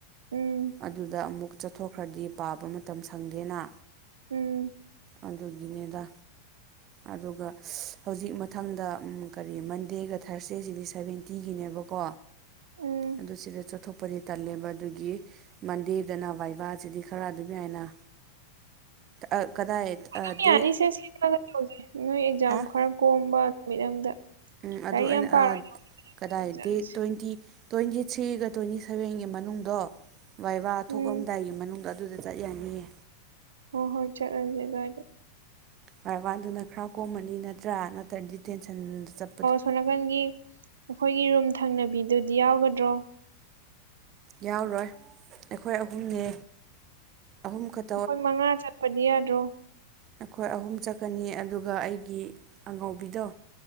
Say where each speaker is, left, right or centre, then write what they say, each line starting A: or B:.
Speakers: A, on the right; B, on the right.
A: ꯎꯝ
B: ꯑꯗꯨꯗ ꯑꯃꯨꯛ ꯆꯠꯊꯣꯛꯈ꯭ꯔꯗꯤ ꯄꯥꯕ ꯃꯇꯝ ꯁꯪꯗꯦꯅ
A: ꯎꯝ
B: ꯑꯗꯨꯒꯤꯅꯤꯗ ꯑꯗꯨꯒ ꯍꯧꯖꯤꯛ ꯃꯊꯪꯗ ꯎꯝ ꯀꯔꯤ ꯃꯟꯗꯦꯒ ꯊꯥꯔꯁꯗꯦꯁꯤꯗꯤ ꯁꯕꯦꯟ ꯇꯤꯒꯤꯅꯦꯕꯀꯣ
A: ꯎꯝ
B: ꯑꯗꯨ ꯁꯤꯗ ꯆꯠꯊꯣꯛꯄꯗꯤ ꯇꯜꯂꯦꯕ ꯑꯗꯨꯒꯤ ꯃꯟꯗꯦꯗꯅ ꯕꯥꯏꯕꯥꯁꯤꯗꯤ ꯈꯔ ꯑꯗꯨꯝ ꯌꯥꯏꯅ ꯑꯥ ꯀꯗꯥꯏ
A: ꯃꯌꯥꯝ
B: ꯗꯦꯠ
A: ꯌꯥꯅꯤꯁꯦ ꯁꯤꯒ ꯇꯧꯁꯦ ꯅꯣꯏ ꯑꯦꯛꯖꯥꯝ
B: ꯍꯥ
A: ꯈꯔ ꯀꯣꯝꯕ ꯅꯨꯃꯤꯠ ꯑꯝꯗ
B: ꯎꯝ ꯑꯗꯨ
A: ꯂꯥꯏꯔꯤꯛ
B: ꯑꯩꯅ
A: ꯌꯥꯝ ꯄꯥꯔꯣꯏꯒꯦ
B: ꯑꯥ ꯀꯗꯥꯏ
A: ꯑꯗꯨꯝ ꯆꯠꯂꯁꯤ
B: ꯗꯦꯠ ꯇ꯭ꯋꯦꯟꯇꯤ ꯇ꯭ꯋꯦꯟꯇꯤ ꯊ꯭ꯔꯤꯒ ꯇ꯭ꯋꯦꯟꯇꯤ ꯁꯚꯦꯟꯒꯤ ꯃꯅꯨꯡꯗꯣ ꯕꯥꯏꯕꯥ ꯊꯣꯛꯑꯝꯗꯥꯏꯒꯤ
A: ꯎꯝ
B: ꯃꯅꯨꯡꯗ ꯗꯨꯗ ꯆꯠ ꯌꯥꯅꯤꯌꯦ
A: ꯍꯣꯏ ꯍꯣꯏ ꯆꯠꯂꯁꯤ ꯑꯗꯥꯏꯗ
B: ꯑꯔꯋꯥꯟꯗꯨꯅ ꯈꯔ ꯀꯣꯝꯃꯅꯤ ꯅꯠꯇ꯭ꯔꯥ ꯅꯠꯇ꯭ꯔꯗꯤ ꯇꯦꯟꯁꯟꯗ ꯆꯠꯄꯗꯨ
A: ꯁꯣꯝꯅꯥꯀꯟꯒꯤ ꯑꯩꯈꯣꯏꯒꯤ ꯔꯨꯝ ꯊꯪꯅꯕꯤꯗꯨꯗꯤ ꯌꯥꯎꯒꯗ꯭ꯔꯣ
B: ꯌꯥꯎꯔꯣꯏ ꯑꯩꯈꯣꯏ ꯑꯍꯨꯝꯅꯦ ꯑꯍꯨꯝ ꯈꯠ
A: ꯑꯩꯈꯣꯏ ꯃꯉꯥ ꯆꯠꯄꯗꯤ ꯌꯥꯗ꯭ꯔꯣ
B: ꯑꯩꯈꯣꯏ ꯑꯍꯨꯝ ꯆꯠꯀꯅꯤ ꯑꯗꯨꯒ ꯑꯩꯒꯤ ꯑꯉꯧꯕꯤꯗꯣ